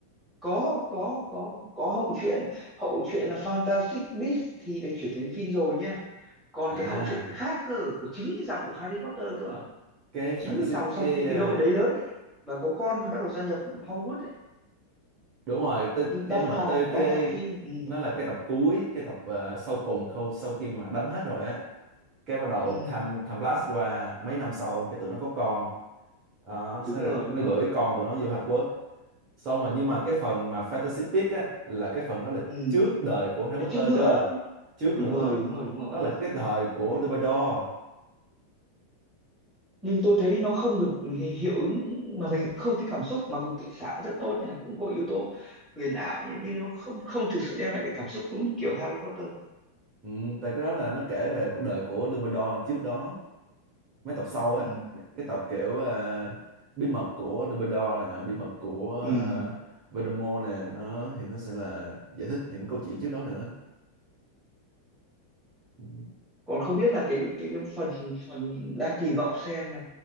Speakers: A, in the centre; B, on the right.
A: Có có có có hậu truyện, hậu truyện là Fantastic Beasts thì được chuyển thể thành phim rồi nha. Còn
B: à
A: cái hậu truyện khác cơ của chính cái dòng của Harry Potter cơ,
B: cái fantasy
A: chính cái dòng sau
B: cái
A: khi cái
B: à,
A: đội đấy lớn ấy và có con bắt đầu gia nhập Hogwarts ấy,
B: đúng rồi tới
A: nhưng
B: tới
A: đang
B: mà
A: làm
B: tới
A: đang
B: cái
A: làm phim. Ừ,
B: nó là cái tập cuối cái tập à, sau cùng khâu sau khi mà đánh hết rồi á cái bắt đầu
A: ừ,
B: tham tham blast qua mấy năm sau cái tụi nó có con đó
A: đúng
B: sẽ là
A: rồi, đúng
B: nó gửi
A: rồi.
B: con tụi nó vô Half World xong rồi nhưng mà cái phần mà Fantasy Beasts á là cái phần đó là
A: Ừ.
B: trước đời của Harry
A: Để
B: Potter
A: Trước nữa
B: cơ trước
A: đúng
B: nữa
A: rồi đúng rồi đúng rồi
B: đó là cái thời của Dumbledore
A: nhưng tôi thấy nó không được hi- hiệu ứng mà mình không thấy cảm xúc mặc dù kỹ xảo cũng rất tốt nha cũng có yếu tố huyền ảo nhá, nhưng nó không không thực sự đem lại cái cảm xúc đúng như kiểu Harry Potter
B: ừ, tại cái đó là nó kể về cuộc đời của Dumbledore trước đó mấy tập sau á
A: ừ.
B: cái tập kiểu à, bí mật của Dumbledore nè bí mật của à,
A: Ừ.
B: Voldemort nè nó thì nó sẽ là giải thích những câu chuyện trước đó nữa ừ.
A: còn không biết là cái cái, cái phần phần đang kỳ vọng xem là,